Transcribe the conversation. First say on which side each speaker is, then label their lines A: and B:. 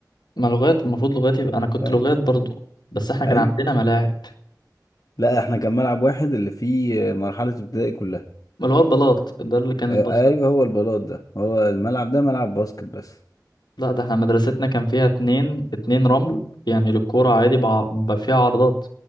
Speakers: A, on the left; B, on the left.
A: ما لغات المفروض لغات يبقى أنا كنت
B: اه
A: لغات برضو بس احنا كان
B: ايوه
A: عندنا ملاعب
B: لا احنا كان ملعب واحد اللي فيه مرحلة ابتدائي كلها
A: ما اللي هو البلاط ده اللي كان
B: آه
A: الباسكت
B: ايوه هو البلاط ده هو الملعب ده ملعب باسكت بس
A: لا ده احنا مدرستنا كان فيها اتنين اتنين رمل يعني للكورة عادي بع... ب- فيها عرضات